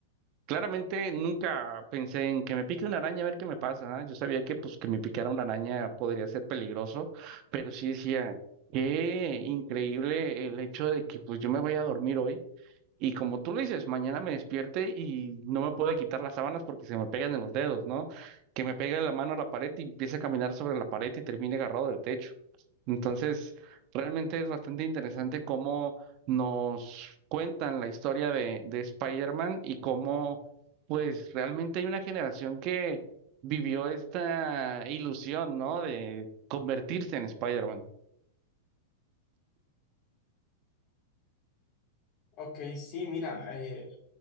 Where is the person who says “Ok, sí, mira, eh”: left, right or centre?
Left